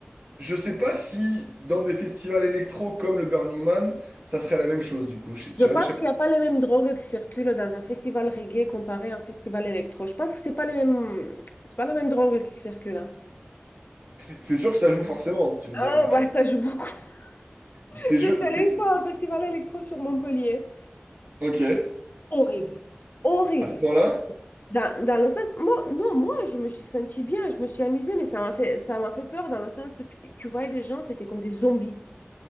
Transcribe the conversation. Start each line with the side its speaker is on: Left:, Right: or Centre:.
Right: Je sais pas si dans des festivals électro comme le Burning Man, ça serait la même chose du coup. Je- tu
Left: Je pense
Right: vois, je sais
Left: qu'il
Right: pas.
Left: n'y a pas les mêmes drogues qui circulent dans un festival reggae comparé à un festival électro. Je pense que c'est pas les mêmes... c'est pas la même drogue qui circule. hein.
Right: C'est sûr que ça joue forcément, tu me
Left: Ah,
Right: diras. Enfin,
Left: bah ça joue beaucoup. <laughs>
Right: c'est je,
Left: Je suis allée
Right: c'est...
Left: une fois à un festival électro sur Montpellier.
Right: Ok,
Left: Horrible. Horrible.
Right: à ce point-là?
Left: Dans, dans le sens, moi, non, moi, je me suis sentie bien, je me suis amusée, mais ça m'a fait, ça m'a fait peur dans le sens que tu, tu voyais des gens, c'était comme des zombies.